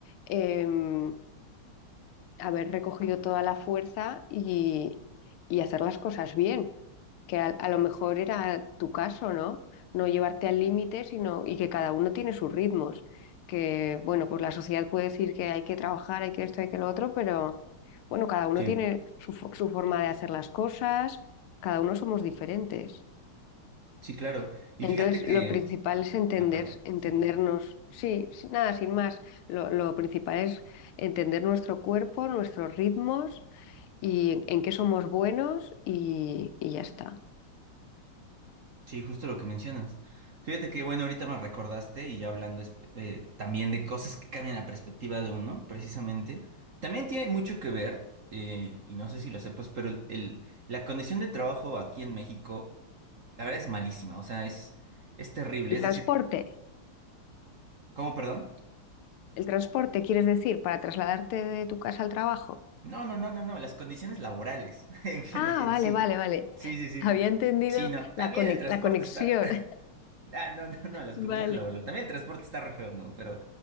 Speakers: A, on the left; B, on the right.
A: em, haber recogido toda la fuerza y, y hacer las cosas bien, que a, a lo mejor era tu caso, ¿no? No llevarte al límite, sino y que cada uno tiene sus ritmos, que bueno, pues la sociedad puede decir que hay que trabajar, hay que esto, hay que lo otro, pero bueno, cada uno
B: Sí,
A: tiene su, fo- su forma de hacer las cosas, cada uno somos diferentes.
B: sí, claro. Y
A: Entonces,
B: fíjate que...
A: lo principal es entender,
B: Ah, perdón.
A: entendernos,
B: Sí, sí.
A: sí, sí, nada, sin más. Lo, lo principal es entender nuestro cuerpo, nuestros ritmos y en qué somos buenos y, y ya está.
B: Sí, justo lo que mencionas. Fíjate que, bueno, ahorita me recordaste y ya hablando espe- eh, también de cosas que cambian la perspectiva de uno, precisamente, también tiene mucho que ver, eh, y no sé si lo sepas, pero el, el- la condición de trabajo aquí en México, la verdad es malísima, o sea, es, es terrible.
A: El
B: Es
A: transporte,
B: decir, ¿cómo, perdón?
A: el transporte, ¿quieres decir para trasladarte de tu casa al trabajo?
B: No, no, no, no, no, las condiciones laborales <laughs> en, gen-
A: Ah,
B: en
A: vale,
B: sí.
A: vale, vale.
B: Sí, sí, sí.
A: Había entendido
B: Sí, no, también
A: la conex-
B: el transporte
A: la conexión.
B: está...
A: <laughs>
B: Ah, no, no, no, las
A: Vale,
B: condiciones laborales. También el transporte está re feo, ¿no? Pero